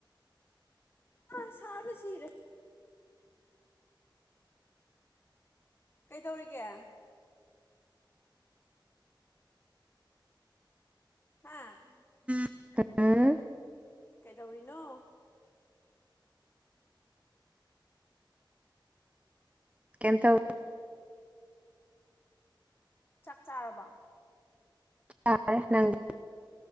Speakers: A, on the left (about 25°); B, on the right (about 15°).
A: ꯑ ꯁꯗ ꯁꯤꯤꯔꯦ ꯀꯩꯗꯧꯔꯤꯒꯦ ꯍꯥꯥ
B: ꯍꯥ
A: ꯀꯩꯗꯧꯔꯤꯅꯣ
B: ꯀꯦꯝ ꯊꯧ
A: ꯆꯥꯛ ꯆꯥꯔꯕꫭ
B: ꯆꯥꯔꯦ ꯅꯪꯗꯤ